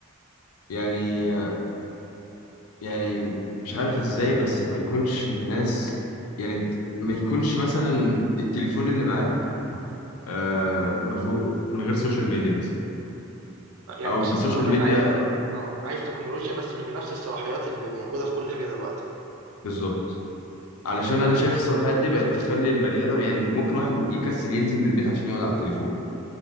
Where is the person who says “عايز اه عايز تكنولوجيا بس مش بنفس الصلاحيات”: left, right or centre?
Right